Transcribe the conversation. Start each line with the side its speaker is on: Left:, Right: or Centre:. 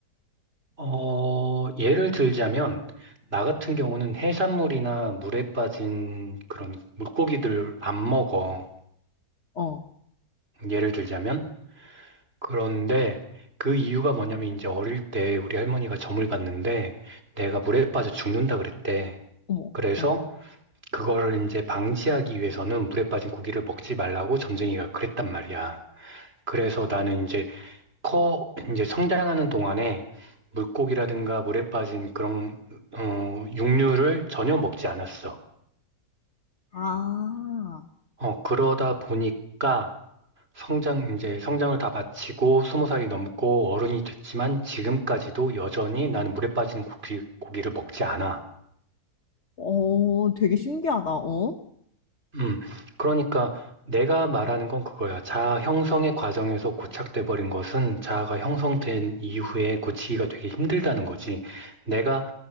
Right: 어, 예를 들자면, 나 같은 경우는 해산물이나 물에 빠진 그런 물고기들 안 먹어.
Left: 어,
Right: 예를 들자면. 그런데 그 이유가 뭐냐면 이제 어릴 때 우리 할머니가 점을 봤는데 내가 물에 빠져 죽는다 그랬대.
Left: 어머,
Right: 그래서
Left: 응.
Right: 그거를 이제 방지하기 위해서는 물에 빠진 고기를 먹지 말라고 점쟁이가 그랬단 말이야. 그래서 나는 이제 커 이제 성장하는 동안에 물고기라든가 물에 빠진 그런 어, 육류를 전혀 먹지 않았어.
Left: 아.
Right: 어, 그러다 보니까 성장 이제 성장을 다 마치고 스무 살이 넘고 어른이 됐지만 지금까지도 여전히 나는 물에 빠진 고기, 고기를 먹지 않아.
Left: 어, 되게 신기하다. 어?
Right: 음, 그러니까 내가 말하는 건 그거야. 자아 형성의 과정에서 고착돼 버린 것은 자아가 형성된 이후에 고치기가 되게 힘들다는 거지. 내가